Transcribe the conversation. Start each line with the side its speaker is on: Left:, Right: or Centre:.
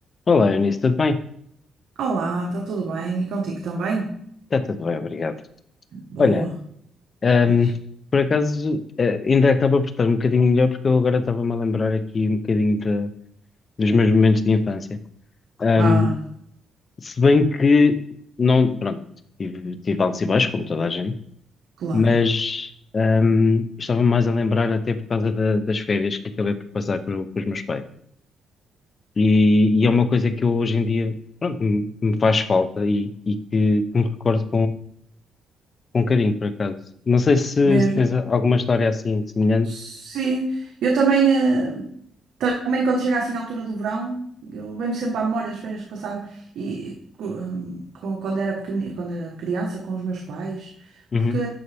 Left: Olá, Eunice, tudo bem?
Right: Olá, está tudo bem? E contigo também?
Left: Está tudo bem, obrigado.
Right: Boa,
Left: Olha, ahm,
Right: diz.
Left: por acaso, eh, ainda acaba por estar um bocadinho melhor, porque eu agora estava-me a lembrar aqui um bocadinho da- dos meus momentos de infância. Ahm,
Right: Ah,
Left: se bem que, não, pronto, tive, tive altos e baixos, como toda a gente,
Right: claro,
Left: mas ahm, estava-me mais a lembrar até por causa da- das férias que acabei por passar com, com os meus pais. E, e é uma coisa que eu hoje em dia, pronto, me, me faz falta e, e que, que me recordo Com carinho, por acaso. Não sei se,
Right: mesmo.
Left: se tens alguma história assim semelhante.
Right: Sim, eu também, eh, também quando chega assim à altura do verão, eu venho sempre à memória as férias que passava e co- hum, co- quando era pequeni- quando era criança com os meus pais,
Left: Uhum,
Right: porque